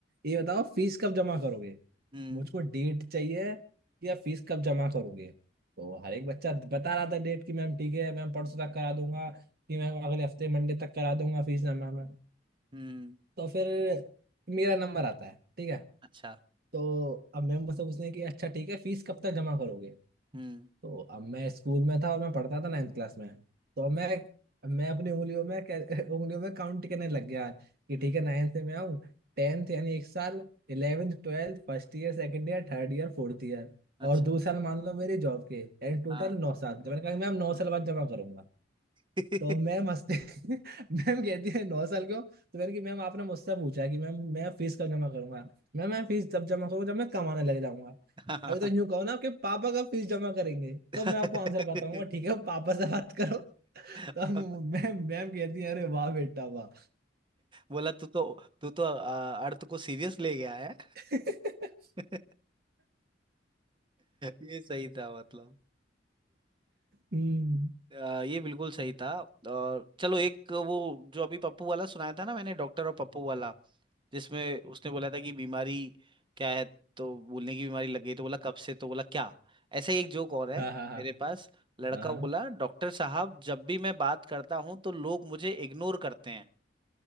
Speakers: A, on the right; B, on the right.
A: ये बताओ फीस कब जमा करोगे
B: हम्म
A: मुझको डेट चाहिए कि आप फीस कब जमा करोगे तो हर एक बच्चा बता रहा था डेट कि मैम ठीक है मैम परसों तक करा दूंगा कि मैम अगले हफ्ते मंडे तक करा दूंगा फीस जमा मैं
B: हम्म
A: तो फिर मेरा नंबर आता है ठीक है
B: अच्छा
A: तो अब मैम मुझसे पूछने की अच्छा ठीक है फीस कब तक जमा करोगे
B: हम्म
A: तो अब मैं स्कूल में था और मैं पढ़ता था नाइन्थ क्लास में तो मैं मैं अपनी उंगलियों में कै- <laughs> उंगलियों में काउंट करने लग गया कि ठीक
B: हम्म
A: है नाइन्थ से मैं आऊँ टेंथ यानी एक साल eleventh twelfth first year second year third year fourth year
B: अच्छा
A: और दो साल मान लो मेरी जॉब के यानी टोटल
B: हाँ
A: नौ साल तो मैंने कहा कि मैम नौ साल बाद जमा करूंगा
B: <laughs>
A: तो मैं मस्ती <laughs> मैम कहती है नौ साल के हो तो मैंने कि मैम आपने मुझसे पूछा कि मैम मैं फीस कब जमा करूंगा मैम मैं फीस तब जमा करूंगा जब मैं कमाने लग जाऊंगा
B: हाँ,
A: अभी तो यूं कहो ना आपके पापा का फीस जमा करेंगे
B: <laughs>
A: तो मैं आपको आंसर बताऊंगा ठीक है पापा से बात करो तो
B: हाँ।
A: मैं- मैम मैम कहती है अरे वाह बेटा वाह
B: बोला तू तो तू तो आ, अर्थ को सीरियस ले गया है
A: <laughs>
B: <laughs> ये सही था मतलब
A: हम्म
B: अ, ये बिल्कुल सही था और चलो एक वो जो अभी पप्पू वाला सुनाया था ना मैंने डॉक्टर और पप्पू वाला जिसमें उसने बोला था कि बीमारी क्या है तो बोलने की बीमारी लग गई तो बोला कब से तो बोला क्या ऐसा ही एक जोक और है
A: हाँ हाँ हाँ
B: मेरे पास लड़का
A: हाँ
B: बोला डॉक्टर साहब जब भी मैं बात करता हूँ तो लोग मुझे इग्नोर करते हैं